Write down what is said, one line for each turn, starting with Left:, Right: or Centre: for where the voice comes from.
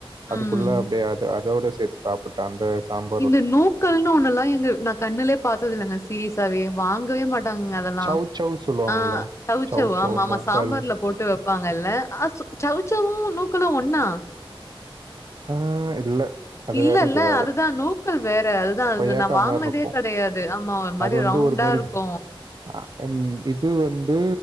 Right: அதுக்குள்ள
Left: ம்.
Right: அப்டி அத அதோட சேத்து சாப் ந்த அந்த சாம்
Left: இந்த நூக்கல்னு ஒண்ணு எல்லா எங்க நான் கண்ணுலே பாத்ததே இல்லங்க சீரீஸாவே வாங்கவே மாட் டாங்க அதெல்லா
Right: சவ் சவ் சொல்லுவாங்கல்ல
Left: ஆ சவுச்சவு
Right: சவ் சவ்
Left: ஆமா ஆமா
Right: நூக்கல்
Left: சாம்பார்ல போட்டு வப்பாங்கல்ல அ சவுச்சவு நூக்கலு ஒன்னா
Right: ஆ இல்ல அது
Left: இல்ல
Right: வேற
Left: இல்ல
Right: இது வேற.
Left: அதுதா நூக்கல் வேற அதுதா
Right: கொய்யாக்கா
Left: நா வாங்குனதே
Right: மாரி இருக்கும்.
Left: கெடையாது ஆமா ஒரு மாரி
Right: அது வந்து
Left: ரவுண்
Right: ஒரு
Left: டா
Right: மாரி
Left: இருக்கு
Right: அ இது வந்து